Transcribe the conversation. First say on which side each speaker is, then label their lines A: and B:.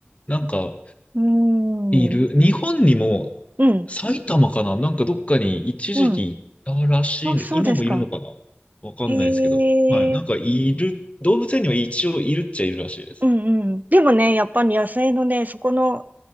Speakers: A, on the left; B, on the right.
A: なんか、
B: うん。
A: いる。
B: うーん。
A: 日本にも、
B: うん。
A: 埼玉かななんかどっかに一時期いたらしいんです。
B: うん。あ、そうですか。
A: 今もいるのかなわかんないですけど。
B: へえ。
A: はい。なんかいる、動物園には一応いるっちゃいるらしいです。
B: うんうん。でもね、やっぱり野生のね、そこの、